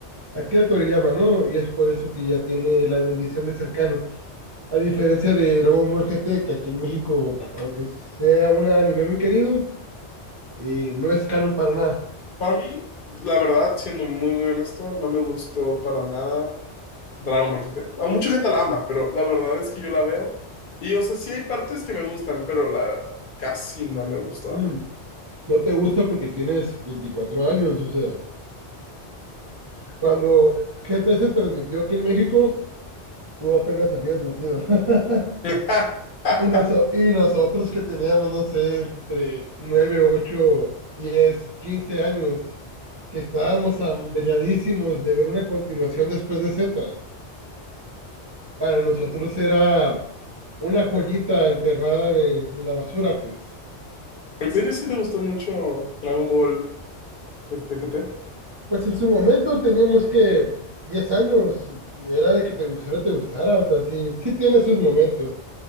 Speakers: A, on the right; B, on the left.
A: Akira Toriyama, ¿no? Y es por eso que ya tiene la bendición de ser canon. A diferencia de Dragon Ball GT, que aquí en México, aunque sea un anime muy querido, eh, no es canon para nada.
B: Para mí, la verdad, siendo muy, muy honesto, no me gustó para nada. Dragon Ball GT. A mucha gente la ama, pero la verdad es que yo la veo. Y, o sea, sí hay partes que me gustan, pero la verdad, casi no me gustó
A: Mm,
B: a mí.
A: no te gusta porque tienes 24 años, o sea, cuando GT se transmitió aquí en México, tú apenas habías nacido. <laughs>
B: <laughs>
A: Y, noso- y nosotros que teníamos, no sé, entre 9, 8, 10, 15 años, que estábamos hambriadísimos de ver una continuación después de Z, para nosotros era una joyita enterrada en, en la basura, pues.
B: ¿En serio sí te gustó mucho Dragon Ball este GT?
A: Pues en su momento teníamos que 10 años, era de que te gustara, te gustara, o sea, sí, sí tiene sus momentos.